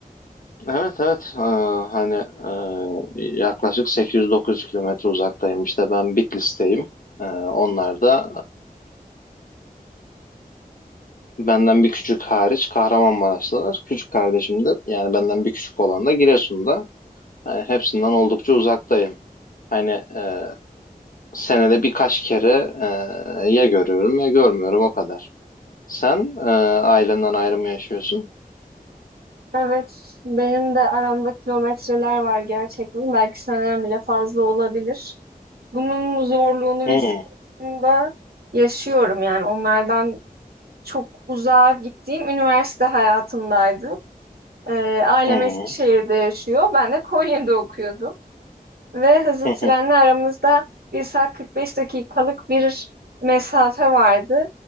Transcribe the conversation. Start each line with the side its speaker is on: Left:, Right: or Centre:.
Left: Evet evet Ee, hani e, yaklaşık 800-900 kilometre uzaktayım işte ben Bitlis'teyim. Ee, onlar da e, benden bir küçük hariç Kahramanmaraşlılar. Küçük kardeşim de yani benden bir küçük olan da Giresun'da. Yani hepsinden oldukça uzaktayım. Hani e, senede birkaç kere e, ya görüyorum ya görmüyorum o kadar. Sen e, ailenden ayrı mı yaşıyorsun?
Right: Evet, benim de aramda kilometreler var gerçekten. Belki senden bile fazla olabilir. Bunun zorluğunu
Left: Hı
Right: ve sıkıntısını da yaşıyorum. Yani onlardan çok uzağa gittiğim üniversite hayatımdaydı. Ee, ailem
Left: hı
Right: Eskişehir'de yaşıyor. Ben de Konya'da okuyordum. Ve hızlı
Left: hı
Right: trenle
Left: hı.
Right: aramızda bir saat 45 dakikalık bir mesafe vardı.